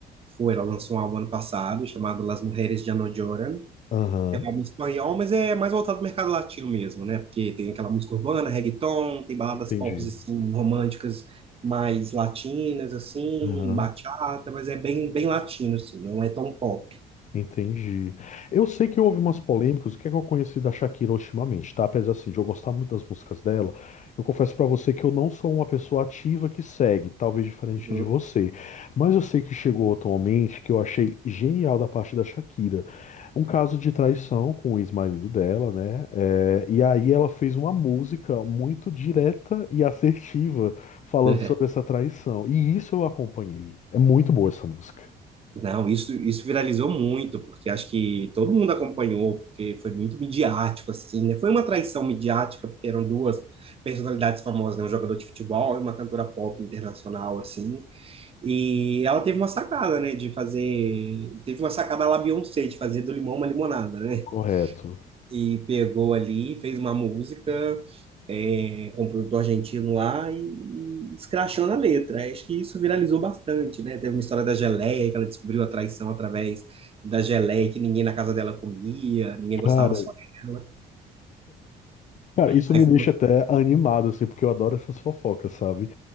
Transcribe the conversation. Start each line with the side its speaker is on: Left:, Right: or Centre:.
Right: Foi, ela lançou um álbum ano passado chamado Las Mujeres Ya No Lloran.
Left: Aham,
Right: É um álbum espanhol, mas é mais voltado ao mercado latino mesmo, né? Porque tem aquela música urbana, reggaeton, tem baladas
Left: entendi.
Right: pop assim, românticas mais latinas, assim,
Left: Aham.
Right: bachata, mas é bem, bem latino, assim, não é tão pop.
Left: Entendi. Eu sei que houve umas polêmicas, o que é que eu conheci da Shakira ultimamente, tá? Apesar assim, de eu gostar muito das músicas dela, eu confesso pra você que eu não sou uma pessoa ativa que segue, talvez diferente
Right: Uhum.
Left: de você. Mas eu sei que chegou atualmente que eu achei genial da parte da Shakira. Um caso de traição com o ex-marido dela, né? É, e aí ela fez uma música muito direta e assertiva falando
Right: É.
Left: sobre essa traição. E isso eu acompanhei. É muito boa essa música.
Right: Não, isso, isso viralizou muito, porque acho que todo mundo acompanhou, porque foi muito midiático, assim, né? Foi uma traição midiática, porque eram duas personalidades famosas, né? Um jogador de futebol e uma cantora pop internacional, assim. E ela teve uma sacada, né, de fazer, teve uma sacada lá Beyoncé, de fazer do limão uma limonada, né?
Left: Correto.
Right: E pegou ali, fez uma música é, com um produtor argentino lá e, e escrachou na letra. Acho que isso viralizou bastante, né? Teve uma história da geleia, que ela descobriu a traição através da geleia, que ninguém na casa dela comia, ninguém
Left: Cara,
Right: gostava só dela.
Left: Cara, isso
Right: Aí
Left: me
Right: foi
Left: deixa
Right: uma...
Left: até animado, assim, porque eu adoro essas fofocas, sabe?